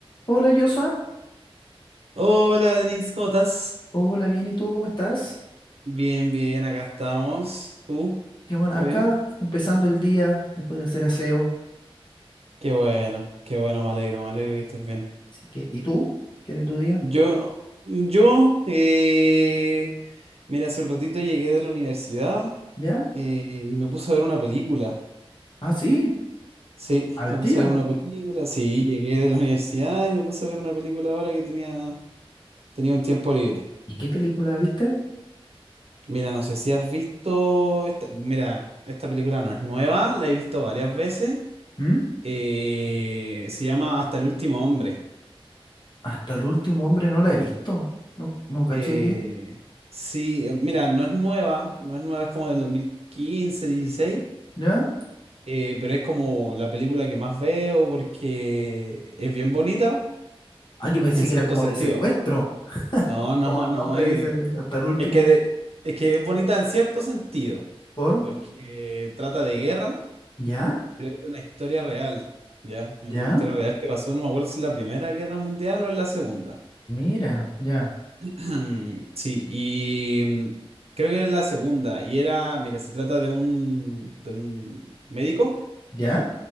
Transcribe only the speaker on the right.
Hola Denise, ¿cómo estás?
Bien, bien, acá estamos. ¿Tú?
¿Todo
bien?
Qué bueno, qué bueno, me alegro, me alegro que estés bien.
Yo, yo, eh, mira, hace un ratito llegué de la universidad
eh, y me puse a ver una película.
Sí,
me
puse a ver una película. Sí, llegué de la <laughs> universidad y me puse a ver una película ahora que tenía, tenía un tiempo libre.
Mira, no sé si has visto esta, mira, esta película no es nueva, la he visto varias veces.
Eh, se llama Hasta el último hombre.
Eh,
sí, eh, mira, no es nueva, no es nueva, es como del 2015, 16,
eh, pero es como la película que más veo porque es bien bonita
en
cierto
sentido.
No, no,
no,
eh,
es que, de- es que es bonita en cierto sentido,
porque trata de guerra,
pero es de una historia real, ¿ya? Es
de una historia real que pasó, no me acuerdo si es la Primera Guerra Mundial o es la Segunda.
<clears throat> Sí, y mm, creo que es la segunda. Y era, mira, se trata de un, de un médico